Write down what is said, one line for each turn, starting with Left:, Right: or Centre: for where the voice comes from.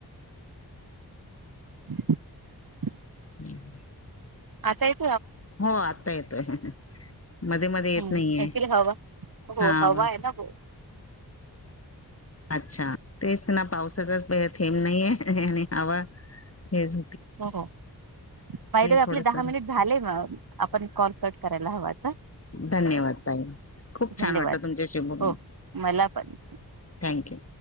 Right: <inaudible>
Left: हम्म
Right: आता येतो
Left: हो आत्ता येतोय मध्ये मध्ये येत
Right: हम्म
Left: नाहीये
Right: अक्चुली हवा हो
Left: हा
Right: हवा आहे ना
Left: अच्छा तेच ना पावसाचा थेंब नाहीये आणि हवा हेच
Right: हो बाय द वे आपले
Left: थोडस
Right: दहा मिनिट झालेय मग आपण कॉल कट करायला हव
Left: धन्यवाद ताई खूप छान
Right: धन्यवाद
Left: वाटल तुमच्याशी बोलून
Right: हो मला पण
Left: थँक यू